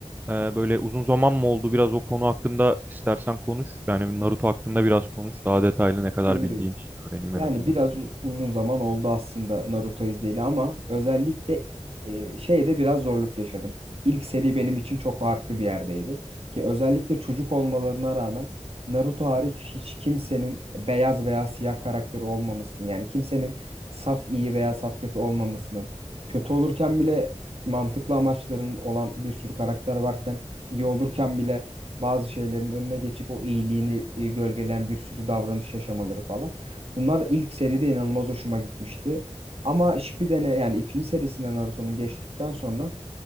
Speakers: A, on the right; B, on the right.
A: e, böyle uzun zaman mı oldu? Biraz o konu hakkında istersen konuş. Yani Naruto hakkında biraz konuş. Daha detaylı ne kadar
B: Ee,
A: bildiğini öğreneyim
B: Yani
A: en azından.
B: biraz u- uzun zaman oldu aslında Naruto izleyeli ama özellikle e, şeyde biraz zorluk yaşadım. İlk seri benim için çok farklı bir yerdeydi. Ki özellikle çocuk olmalarına rağmen Naruto hariç hiç kimsenin beyaz veya siyah karakteri olmamasının yani kimsenin saf iyi veya saf kötü olmamasının kötü olurken bile mantıklı amaçların olan bir sürü karakter varken iyi olurken bile bazı şeylerin önüne geçip o iyiliğini e, gölgeleyen bir sürü davranış yaşamaları falan. Bunlar ilk seride inanılmaz hoşuma gitmişti. Ama Shippuden'e yani ikinci serisinden Naruto'nun geçtikten sonra